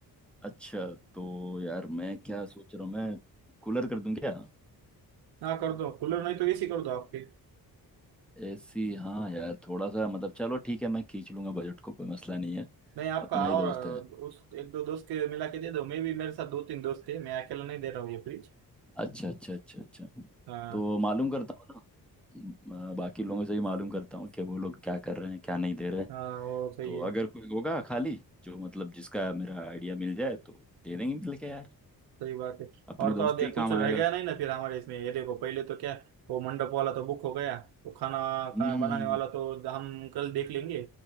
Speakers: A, in the centre; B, on the right.
A: अच्छा तो यार मैं क्या सोच रहा हूँ मैं कूलर कर दूं क्या
B: हाँ कर दो कूलर नहीं तो एसी कर दो आपकी
A: एसी हाँ यार थोड़ा सा मतलब चलो ठीक है मैं खींच लूंगा बजट को कोई मसला नहीं है
B: नहीं आपका
A: अपना ही
B: और
A: दोस्त
B: अ,
A: है
B: उस एक दो दोस्त के मिला के दे दो मैं भी मेरे साथ दो तीन दोस्त थे मैं अकेला नहीं दे रहा हूँ ये फ्रिज
A: अच्छा अच्छा अच्छा अच्छा
B: हाँ
A: तो मालूम करता हूँ ना अ, बाकी लोगों से भी मालूम करता हूँ कि वो लोग क्या कर रहे हैं क्या नहीं दे रहे
B: हाँ वो सही
A: तो
B: है
A: अगर कोई होगा खाली जो मतलब जिसका मेरा आइडिया मिल जाए तो दे देंगे मिल के यार
B: सही बात है
A: अपने
B: और
A: दोस्त
B: तो और देख,
A: के ही
B: कुछ
A: काम
B: रह
A: आएगा
B: गया नहीं ना फिर हमारे इसमें ये देखो पहले तो क्या वो मंडप वाला तो बुक हो गया वो खाना
A: हम्म
B: खाना बनाने
A: हम्म, हम्म, हम्म।
B: वाला तो हम कल देख लेंगे